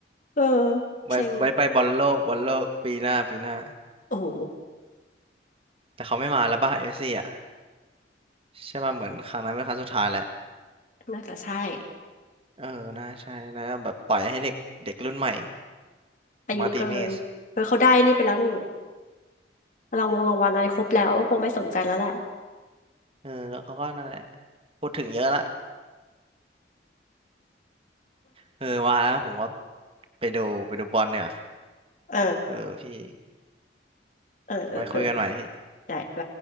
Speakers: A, on the left; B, on the right.
A: เออ
B: ไว้ไว้ไปบอลโลกบอลโลกปีหน้าปีหน้า
A: เซ็งโอ้โห
B: แต่เขาไม่มาแล้วป่ะเมสซี่อ่ะใช่ป่ะเหมือนครั้งนั้นเป็นครั้งสุดท้ายแล้ว
A: น่าจะใช่
B: เออ น่าใช่นะแบบปล่อยให้เด็กเด็กรุ่นใหม่
A: อายุเกินเออเขาได้นี่ไปแล้วนี่
B: มาร์ติเนส
A: รางวงรางวัลอะไรครบแล้วคงไม่สนใจแล้วแหละ
B: เออ แล้วเขาก็นั่นแหละพูดถึงเยอะละ เออว่าแล้วผมว่าไปดูไปดูบอลเนี่ย
A: เออ
B: เออพี่
A: เออเออเออ
B: ไว้คุยกันใหม่พี่
A: ได้ไป